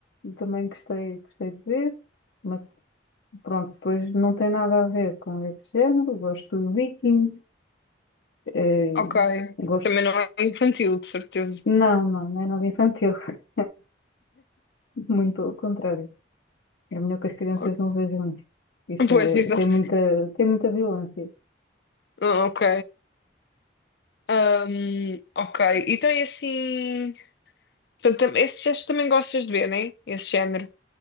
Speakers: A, on the left; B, on the left.
A: eu também gostei, gostei de ver, mas pronto, depois não tem nada a ver com esse género. Gosto de Vikings, eh,
B: Ok.
A: gosto...
B: Também não é infantil, de certeza.
A: Não, não, não é nada infantil. <laughs> Muito pelo contrário. É melhor que as crianças
B: <laughs> O-
A: não vejam isto. Isto
B: Pois,
A: é,
B: exato.
A: tem muita, tem muita violência.
B: Ah, Ok. Ahm, ok. Então é assim. Portanto, tam- esses, esses também gostas de ver, né? Esse género.